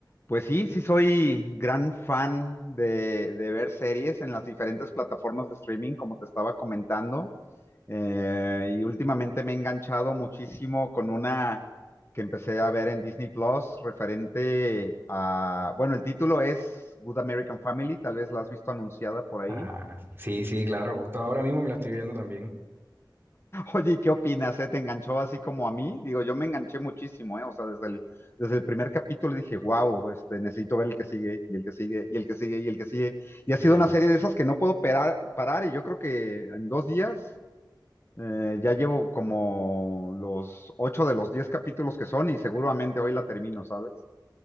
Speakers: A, on the left (about 35°); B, on the right (about 30°).
A: Pues sí, sí soy gran fan de, de ver series en las diferentes plataformas de streaming, como te estaba comentando. Eh, y últimamente me he enganchado muchísimo con una que empecé a ver en Disney Plus referente a, bueno, el título es Good American Family, tal vez la has visto anunciada por ahí.
B: Ah, sí, sí, claro, justo ahora mismo me la estoy viendo también.
A: Oye, ¿y qué opinas? eh? ¿Te enganchó así como a mí? Digo, yo me enganché muchísimo, ¿eh? O sea, desde el, desde el primer capítulo dije, wow, este, necesito ver el que sigue, y el que sigue, y el que sigue, y el que sigue. Y ha
B: Sí,
A: sido una serie de esas que no puedo parar, parar y yo creo que en dos días eh, ya llevo como los ocho de los diez capítulos que son y seguramente hoy la termino, ¿sabes?